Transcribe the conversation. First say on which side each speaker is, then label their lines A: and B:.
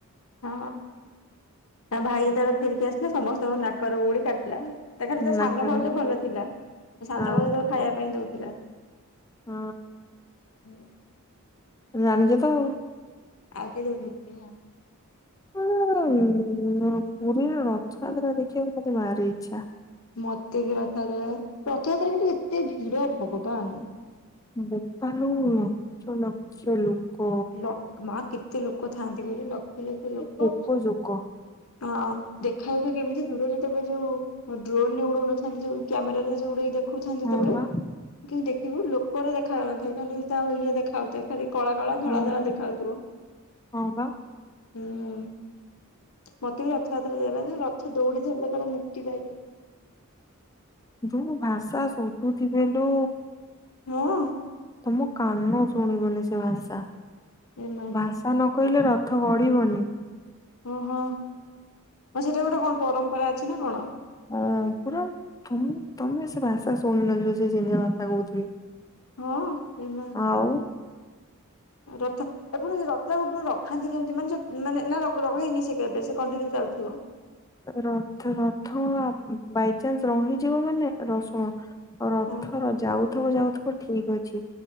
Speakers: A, on the left (about 75°); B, on the left (about 15°).
A: ହଁ ତା ଭାଇ ଯେତେବେଳେ ଫେରିକି ଆସିଲା ସମସ୍ତଙ୍କ ନାକର ବଉଳି କାଟିଲା। ତା ଖାଲି
B: ନାକରା
A: ତା ସାନ ଭାଉଜ ଭଲ ଥିଲା। ତା ସାନ
B: ହଁ
A: ଭାଉଜ ତାକୁ ଖାଇବା ପାଇଁ ଦଉଥିଲା।
B: ହଁ।
A: ହୁଁ।
B: ଜାଣିଚୁ ତ ଆଉ।
A: ଆଗେ। <unintelligible>
B: <unintelligible> ପୁରୀର ରଥଯାତ୍ରା ଦେଖିବାକୁ ମତେ ଭାରି ଇଚ୍ଛା।
A: ମତେ ବି ରଥଯାତ୍ରା ରଥଯାତ୍ରା କି ଏତେ ଭିଡ ଭଗବାନ!
B: ବୋପା ଲୋ ଲକ୍ଷ ଲକ୍ଷ ଲୋକ।
A: ଲ ମା କେତେ ଲୋକ ଥାଆନ୍ତି କହିଲୁ ଲକ୍ଷ ଲକ୍ଷ
B: ଖାଲି
A: ଲୋକ
B: ପୋକ ଜୋକ
A: ହଁ ଦେଖାଯାଉଉଥିବା କେମିତି ଦୂର ଯେତେବେଳେ ଯୋଉ ଡ୍ରୋନରେ ଉଡଉନଥାନ୍ତି ଯୋଉ କ୍ୟାମେରାରେ ଯୋଉଟିକି ଦେଖଉଥାନ୍ତି
B: ହଁ
A: ଯେତେବେଳେ
B: ବା
A: କେମିତି ଦେଖ ବୁ ଲୋକ ଗୁରା ଦେଖାଯାଉନଥିବେ। ଖାଲି ତା ଇଏ ଦେଖାଯାଉଥାଏ ଖାଲି କଳା କଳା ଧଳା ଧଳା
B: ହଁ ବା,
A: ଦେଖାଉଥିବ।
B: ହଁ ବା।
A: ହୁଁ। ମତେ ବି ରଥଯାତ୍ରା ଯିବାପାଇଁ, ରଥ ଦୌଡି ଧରିଲେ କୁଆଡେ ମୁକ୍ତି ପାଇବ।
B: ଯୋଉ ଭାଷା ଶୋଧୁଥିବେ ଲୋ।
A: ହଁ।
B: ତମ କାନ ଶୁଣିବନି ସେ ଭାଷା।
A: ଏମା
B: ଭାଷା ନ କହିଲେ ରଥ ଗଢିବନି।
A: ଓହୋ ସେଇଟା ଗୋଟେ କଣ ପରମ୍ପରା ଅଛି ନା କଣ?
B: ଅ ପୁରା ତମେ ତମେ ସେ ଭାଷା ଶୁଣିନଥିବ ସେ ସେତିଆ ଭାଷା କହୁଥିବେ।
A: ହଁ ଏ ମା!
B: ଆଉ
A: ରଥ ଏପୁଣି ରଥ ରଖାନ୍ତି କେମିତି ମାନେ ମାନେ ନା ରହେନି ସେ କେବେ ସେ କଣ୍ଟି ଚାଲିଥିବ
B: ରଥ ରଥ ବାଇଚାନ୍ସ ରହିଯିବ ମାନେ ର ଶୁଣ ରଥର
A: ହୁଁ
B: ଯାଉଥିବ ଯାଉଥିବ ଠିକ ଅଛି।